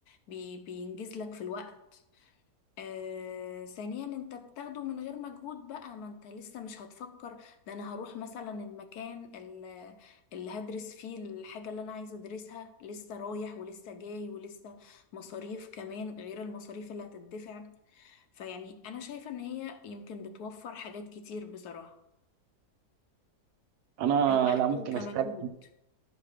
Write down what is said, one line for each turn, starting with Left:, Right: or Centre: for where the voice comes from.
Left: بي بينجز لك في الوقت آه، ثانيا انت بتاخده من غير مجهود بقى ما انت لسه مش هتفكر ده انا هروح مثلا المكان ال- اللي هدرس فيه الحاجة اللي انا عايزة ادرسها لسه رايح ولسه جاي ولسه مصاريف كمان غير المصاريف اللي هتدفع فيعني انا شايفة ان هي يمكن بتوفر حاجات كتير بصراحة
Right: انا
Left: كوقت
Right: لا ممكن
Left: وكمجهود
Right: اختلف